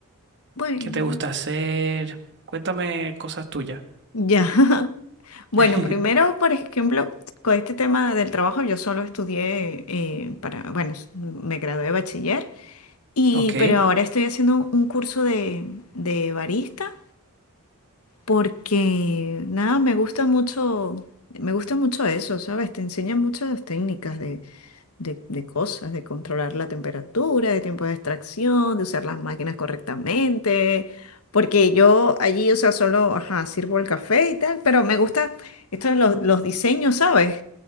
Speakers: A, on the left (about 75°); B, on the right (about 55°).
A: Bueno,
B: qué te gusta hacer. Cuéntame cosas tuyas.
A: ya. <laughs> Bueno,
B: <laughs>
A: primero, por ejemplo, con este tema del trabajo, yo solo estudié eh, para, bueno, s- me gradué de bachiller, y,
B: Ok.
A: pero ahora estoy haciendo un curso de, de barista porque, nada, me gusta mucho, me gusta mucho eso, ¿sabes? Te enseñan muchas técnicas de, de cosas, de controlar la temperatura, de tiempo de extracción, de usar las máquinas correctamente, porque yo allí, o sea, solo, ajá, sirvo el café y tal, pero me gusta esto de los, los diseños, ¿sabes?